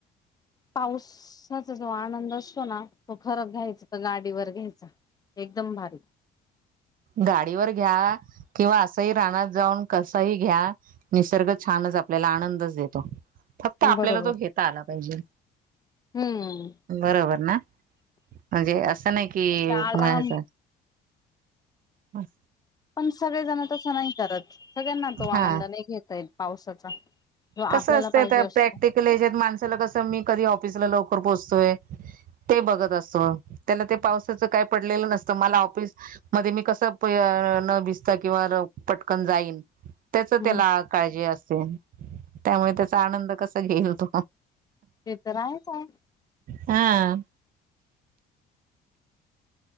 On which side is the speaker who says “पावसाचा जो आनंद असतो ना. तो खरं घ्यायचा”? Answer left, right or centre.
Left